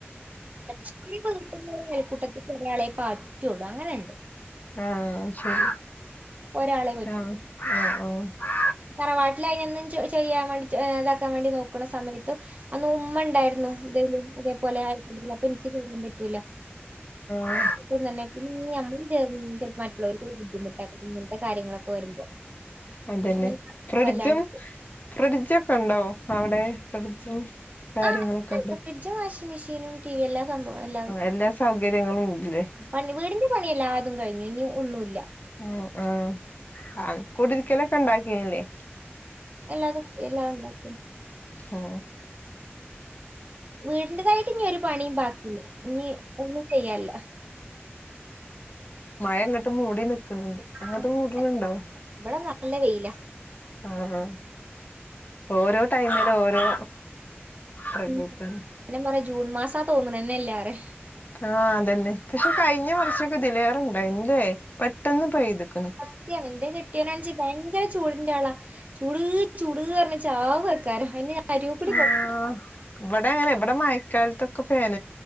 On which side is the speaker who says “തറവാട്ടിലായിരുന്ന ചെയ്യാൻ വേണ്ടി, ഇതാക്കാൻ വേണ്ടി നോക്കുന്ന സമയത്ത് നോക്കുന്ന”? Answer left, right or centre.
Right